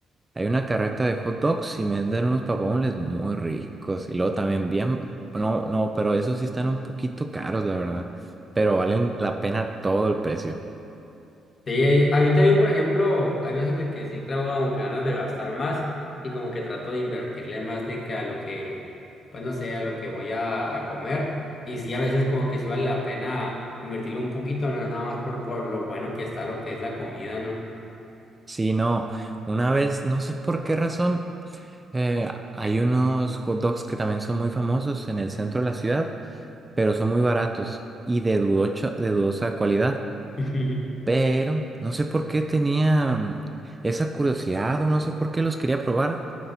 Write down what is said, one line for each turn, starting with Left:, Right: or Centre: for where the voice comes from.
Right: hay una carreta de hot dogs y venden unos papamones muy ricos. Y luego también bien, no, no, pero esos sí están un poquito caros, la verdad. Pero valen la pena todo el precio.
Left: Sí, a mí también, por ejemplo, hay veces de que sí traigo como que ganas de gastar más y como que trato de invertirle más de que a lo que, pues no sé, a lo que voy a, a comer. Y sí, a veces como que sí vale la pena invertirle un poquito, no nada más por, por lo bueno que está lo que es la comida, ¿no?
Right: Sí, no, una vez, no sé por qué razón, eh, hay unos hot dogs que también son muy famosos en el centro de la ciudad. pero son muy baratos y de dudocha- de dudosa calidad.
Left: <laughs>
Right: Pero no sé por qué tenía mm, esa curiosidad o no sé por qué los quería probar.